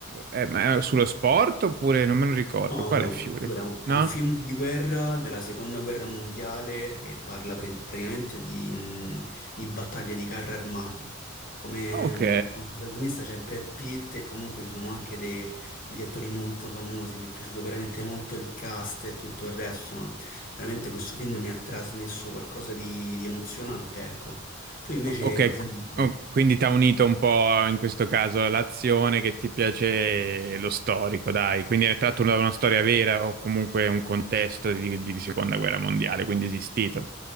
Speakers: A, on the right; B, on the left.
A: eh, ma è sullo sport oppure non me lo ricordo.
B: No,
A: Qual
B: no,
A: è Fiori?
B: allora è
A: No?
B: un film di guerra della seconda guerra mondiale e parla pre- praticamente di, mh, di battaglie di carri armati. Come,
A: Ok.
B: mh, come protagonista c'è Brad Pitt e comunque ci sono anche dei- degli attori molto famosi. Mi è piaciuto veramente molto il cast e tutto il resto, ma veramente questo film mi ha trasmesso qualcosa di, di emozionante, ecco. Tu invece
A: Ok,
B: cosa ne dici?
A: oh, quindi ti ha unito un po' in questo caso l'azione che ti piace e lo storico, dai. Quindi è tratto da una storia vera o comunque un contesto di, di seconda guerra mondiale, quindi esistito.